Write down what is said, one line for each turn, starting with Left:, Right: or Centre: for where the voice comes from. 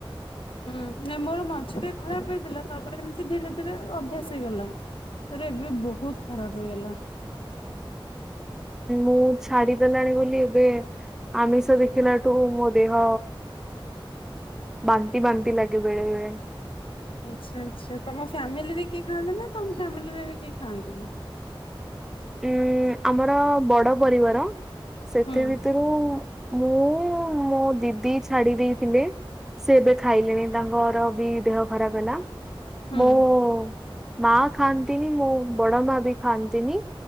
Left: ହୁଁ ମୋର ମାଛ ଟ ଖରାପ ହେଇଥିଲା ତାପରେ ଏମତି ଧୀରେ ଧୀରେ ଅଭ୍ୟାସ ହେଇଗଲା ସେଟା ଏବେ ବହୁତ ଖରାପ ହେଇଗଲା
Centre: ମୁ ଛାଡିଦେଲାଣି ବୋଲି ଏବେ ଆମିଷ ଦେଖ ଟୁ ମୋ ଦେହ ବା ବାନ୍ତି ଲାଗେ ବେଳେବେେଳେ
Left: ଆ୍ଛା ଆ୍ଛା ତମ ଫ୍ୟାମିଲିରେ କେହି ଖାଆନ୍ତିେ ନା ତମ ଫ୍ୟାମିଲିରେ ବି କେହି ଖାଆନ୍ତିନି
Centre: ଉଁ ଆମର ବଡ ପରିବାର ସେଥି
Left: ହୁଁ
Centre: ଭିତରୁ ମୁଁ ମୋ ଦିଦି ଛାଡି ଦେଇଥିଲେ ସେ ଏବେ ଖାଇଲେଣି ତାଙ୍କର ବି ଦେହ ଖରାପ ହେଲା
Left: ହୁଁ
Centre: ମୁଁ ଉ ମା ଖାଆନ୍ତିନି ମୁଁ ବଡ ମା ବି ଖାଆନ୍ତିନି